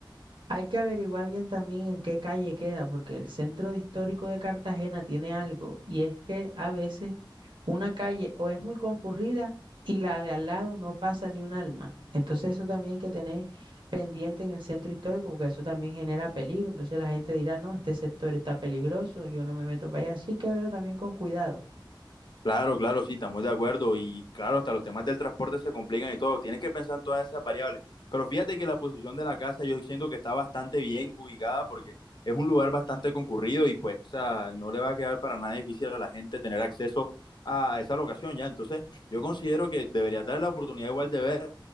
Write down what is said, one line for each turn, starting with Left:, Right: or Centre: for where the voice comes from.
Right: hay que averiguar bien también en qué calle queda, porque el centro histórico de Cartagena tiene algo y es que a veces una calle o es muy concurrida y la de al lado no pasa ni un alma. Entonces eso también hay que tener pendiente en el centro histórico porque eso también genera peligro. Entonces la gente dirá, no, este sector está peligroso, yo no me meto para allá. Eso hay que verlo también con cuidado.
Left: Claro, claro, sí, estamos de acuerdo. Y claro, hasta los temas del transporte se complican y todo. Tienes que pensar en todas esas variables. Pero fíjate que la posición de la casa yo siento que está bastante bien ubicada porque es un lugar bastante concurrido y pues, o sea, no le va a quedar para nada difícil a la gente tener acceso a esa locación ya. Entonces, yo considero que deberías darle la oportunidad igual de verla.